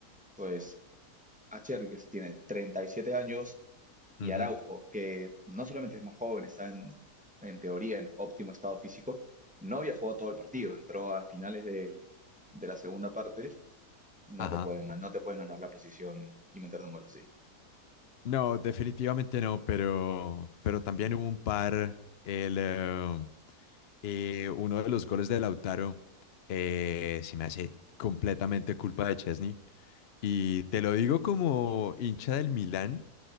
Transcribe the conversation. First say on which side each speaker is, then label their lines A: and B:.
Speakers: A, in the centre; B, on the left.
A: pues Acherbi, que tiene 37 años, y
B: Ujú,
A: Araujo, que no solamente es más joven, está en, en teoría en óptimo estado físico, no había jugado todo el partido, entró a finales del- de la segunda parte, no
B: Ajá.
A: te pueden, no te pueden ganar la posición y meter un gol así.
B: No, definitivamente no, pero, pero también hubo un par. El, eh, eh, uno de los goles de Lautaro eh, se me hace completamente culpa de Chesney. Y te lo digo como hincha del Milán.